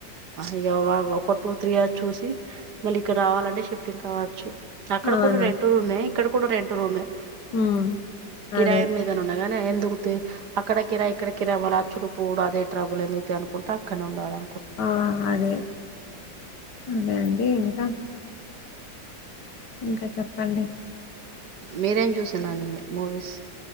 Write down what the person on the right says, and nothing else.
ఇక ఒక టూ త్రీ ఇయర్ చూసి మళ్ళీ ఇక్కడ రావాలంటే షిఫ్టింగ్ కావచ్చు అక్కడ
కూడా రెంటులున్నాయి ఇక్కడ కూడా రెంటులున్నాయి
కిరాయి
మీద నున్న గానే ఎందుకు తీ అక్కడ కిరాయి ఇక్కడ కిరాయి వాళ్ళ అచ్చుడు పోవుడు అదే ట్రాబ్బులు ఎందుకు తీ అనుకుంటా ఇక్కడనే ఉండాలా
మీరేం చూసినండి మీ మూవీస్